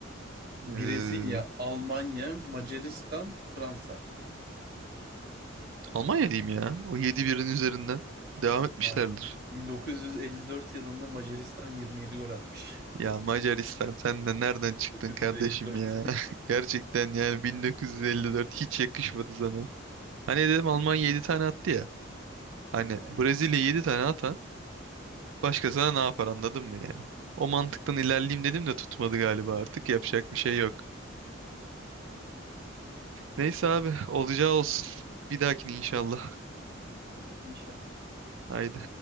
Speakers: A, on the right; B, on the right.
A: Ee,
B: Brezilya, Almanya, Macaristan, Fransa
A: Almanya diyeyim ya. O yedi birin üzerinden devam etmişlerdir.
B: maalesef. 1954 yılında Macaristan 27 gol atmış.
A: Ya Macaristan sen de nereden çıktın
B: 1954.
A: kardeşim ya? <laughs>
B: <laughs>
A: Gerçekten yani 1954 hiç yakışmadı sana. Hani dedim Almanya 7 tane attı ya. Hani
B: Ha,
A: Brezilya
B: yok. <laughs>
A: 7 tane atan başkasına ne yapar anladın mı yani? O mantıktan ilerleyeyim dedim de tutmadı galiba artık yapacak bir şey yok. Neyse abi olacağı olsun. Bir dahakine inşallah.
B: Hadi inşallah.
A: Haydi.